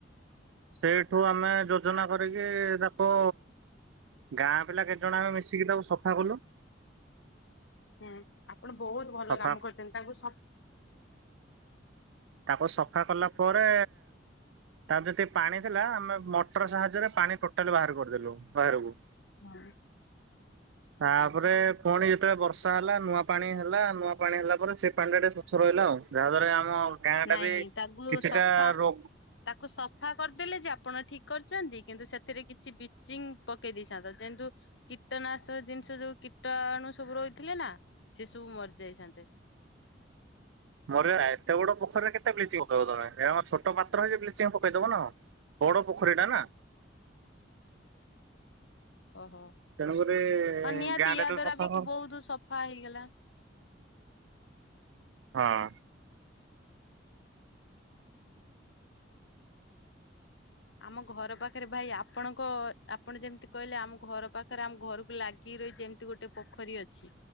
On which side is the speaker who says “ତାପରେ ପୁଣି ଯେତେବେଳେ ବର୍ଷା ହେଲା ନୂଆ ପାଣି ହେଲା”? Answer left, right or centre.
Right